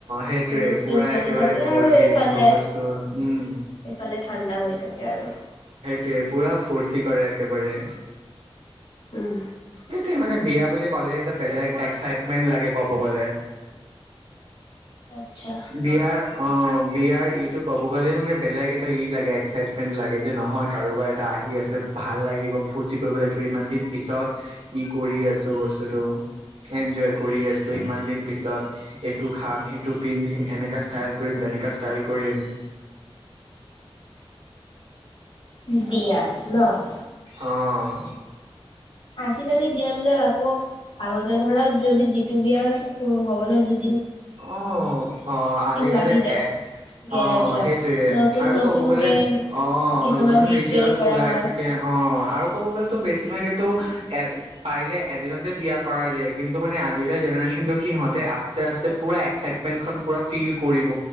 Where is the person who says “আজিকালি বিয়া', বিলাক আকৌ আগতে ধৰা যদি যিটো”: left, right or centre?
Left